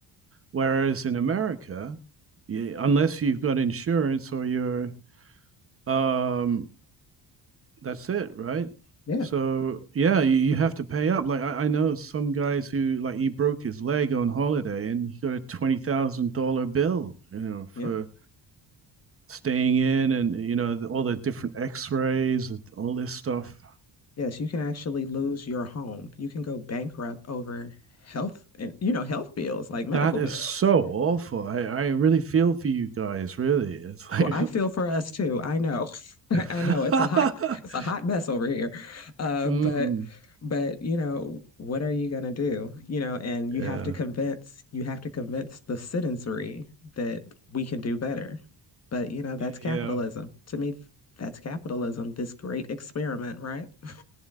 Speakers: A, on the right; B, on the left.
A: Whereas in America, you, unless you've got insurance or you're, um, that's it, right?
B: Yeah.
A: So yeah, you, you have to pay up. Like I, I know some guys who like he broke his leg on holiday and he got a twenty thousand dollar bill, you know, for
B: Yep.
A: staying in and you know the, all the different x-rays and all this stuff
B: Yes, you can actually lose your home. You can go bankrupt over health and you know, health bills, like medical
A: that is
B: bills.
A: so awful i, I really feel for you guys really it's like
B: Well, I feel for us too. I know. <laughs>
A: <laughs>
B: I know it's a hot it's a hot mess over here. Uh,
A: mm,
B: but but you know, what are you gonna do? You know, and you
A: yeah
B: have to convince you have to convince the citizenry that we can do better. But you know,
A: yeah
B: that's capitalism.
A: yeah
B: To me, that's capitalism, this great experiment, right? <laughs>